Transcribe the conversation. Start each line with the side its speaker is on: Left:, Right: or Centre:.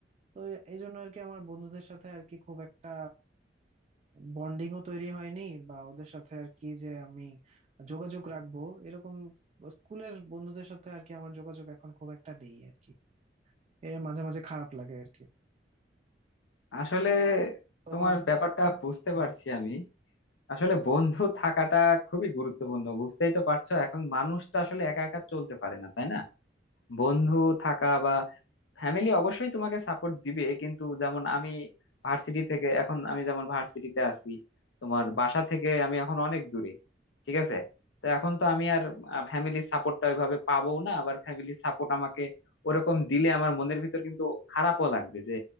Right: তো এই জন্য আর কি আমার বন্ধুদের সাথে আর কি খুব একটা বন্ডিংও তৈরি হয়নি বা ওদের সাথে আর কি যে আমি যোগাযোগ রাখবো এরকম স্কুলের বন্ধুদের সাথে আর কি আমার যোগাযোগ এখন খুব একটা নেই আর কি এর মাঝে মাঝে খারাপ লাগে আর কি
Left: আসলে
Right: তোমার
Left: তোমার ব্যাপারটা বুঝতে
Right: হ্যাঁ
Left: পারছি আমি আসলে বন্ধু থাকাটা খুবই গুরুত্বপূর্ণ বুঝতেই তো পারছো এখন মানুষ তো আসলে একা একা চলতে পারে না তাই না বন্ধু থাকা বা ফ্যামিলি অবশ্যই তোমাকে সাপোর্ট দিবে কিন্তু যেমন আমি ভার্সিটি থেকে এখন আমি যেমন ভার্সিটিতে আছি তোমার বাসা থেকে আমি এখন অনেক দূরে ঠিক আছে তো এখন তো আমি আর ফ্যামিলির সাপোর্টটা ওইভাবে পাবো না আবার ফ্যামিলির সাপোর্ট আমাকে ওরকম দিলে আমার মনের ভিতর কিন্তু খারাপও লাগবে যে